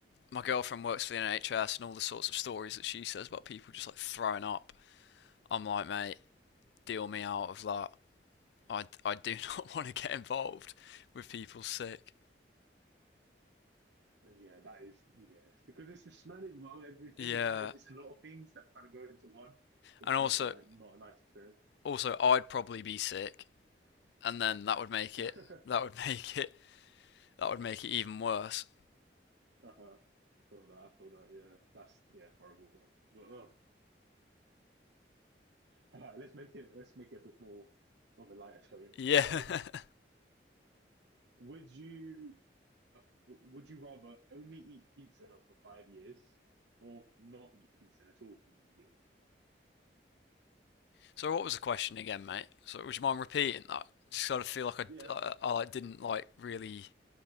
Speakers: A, on the left; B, on the right.
A: my girlfriend works for the NHS, and all the sorts of stories that she says about people just like throwing up. I'm like, mate, deal me out of that. I, I do not <laughs> want to get involved with people sick.
B: yeah. That is. Yeah. Because it's the smell as well. Everything.
A: Yeah,
B: It kind of. It's a lot of things that kind of go into one, which
A: and also
B: make it like not a nice experience.
A: also I'd probably be sick, and then that would make
B: <laughs>
A: it that would <laughs> make it that would make it even worse.
B: Uh-huh. I feel that. I feel that. Yeah. That's yeah. Horrible one. But oh All right, let's make it let's make it a bit more of a lighter tone.
A: Yeah.
B: Um,
A: <laughs>
B: <laughs> would you would you rather only eat pizza for five years or not eat pizza at all for five years?
A: So what was the question again, mate? So would you mind repeating that? Just sort of feel like I,
B: Yeah, that's
A: I,
B: fine.
A: I like, didn't like really